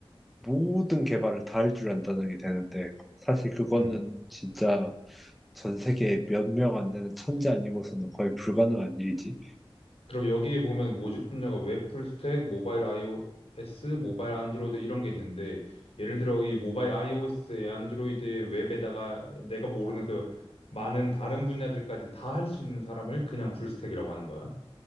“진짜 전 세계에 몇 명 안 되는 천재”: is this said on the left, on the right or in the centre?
Centre